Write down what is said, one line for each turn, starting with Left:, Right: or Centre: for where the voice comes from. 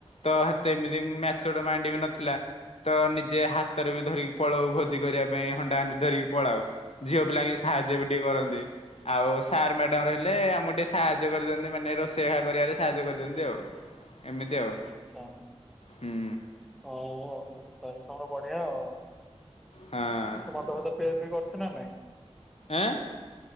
Left: ତ ସେତେ ଏମିତି ମମ୍ୟାଚୁଅର୍ ମାଇଣ୍ଡ ବି ନଥିଲା। ତ ନିଜେ ହାତରେ ବି ଧରିକି ପଳାଉ ଭୋଜି କରିବା ପାଇଁ ହଣ୍ଡା ହାଣ୍ଡି ଧରିକି ପଳାଉ ଝିଅ ପିଲାଙ୍କ ସାହାଯ୍ୟ ବି ଟିକେ କରନ୍ତି। ଆଉ ସାର୍ ମ୍ୟାଡ଼ାମ ରହିଲେ ଆମକୁ ଟିକେ ସାହାଯ୍ୟ କରିଦିଅନ୍ତି। ମାନେ ରୋଷେଇ ଘା କରିବାରେ ସାହାଯ୍ୟ କରିଦିଅନ୍ତି ଆଉ। ଏମିତି ଆଉ।
Centre: ଆଚ୍ଛା
Left: ହୁଁ
Centre: ହଁ ତାହଲେ ତମର ବଢିଆ ଆଉ। ଏ
Left: ହଁ
Centre: ତୁ ମଦ ଫଦ ପିଆ ପିଇ କରୁଛୁ ନା ନାଇଁ?
Left: ଆଁ